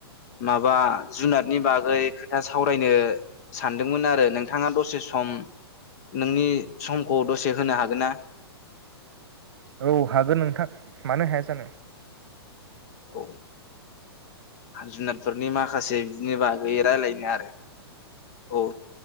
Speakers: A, on the left; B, on the right.
A: माबा जुनादनि बागै खोथा सावरायनो सानदोंमोन आरो नोंथाङा दसे सम नोंनि समखौ दसे होनो हागोन ना?
B: औ हागोन नोंथां मानो हाया जानो
A: औ जुनारफोरनि माखासे बिदिनो बागै रायलायनो आरो औ